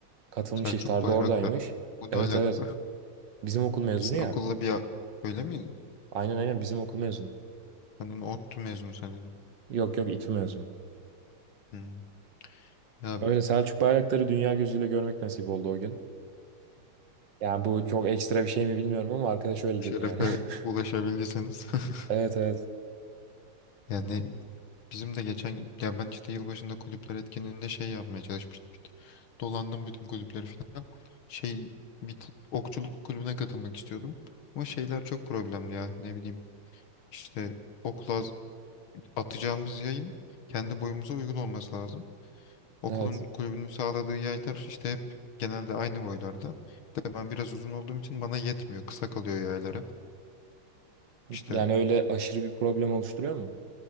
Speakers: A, on the right; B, on the left.
A: Katılmış
B: Selçuk
A: iftarda
B: Bayraktar.
A: oradaymış.
B: Bu ne
A: Evet
B: alaka?
A: evet. Bizim okul
B: <laughs>
A: mezunu
B: Sizin
A: ya.
B: okulla bir a- öyle miydi?
A: Aynen aynen bizim okul mezunu.
B: Ben onu ODTÜ mezunu sanıyordum.
A: Yok yok İTÜ mezunu.
B: Hmm. Ya
A: Öyle Selçuk Bayraktar'ı dünya gözüyle görmek nasip oldu o gün. Yani bu çok ekstra bir şey mi bilmiyorum ama arkadaş öyle
B: bu şerefe
A: dedi yani. <laughs>
B: ulaşabilirseniz. <laughs>
A: Evet evet.
B: Yani bizim de geçen ya ben işte yılbaşında kulüpler etkinliğinde şey yapmaya çalışmıştım işte. Dolandım bütün kulüpleri falan. Şey bir t- okçuluk kulübüne katılmak istiyordum. Ama şeyler çok problemli ya ne bileyim. İşte okla atacağımız yayın kendi boyumuza uygun olması lazım. Okulun
A: Evet.
B: kulübünün sağladığı yaylar işte hep genelde aynı boylarda. Bir de ben biraz uzun olduğum için bana yetmiyor. Kısa kalıyor yaylar hep. İşte
A: Yani öyle aşırı bir problem oluşturuyor mu?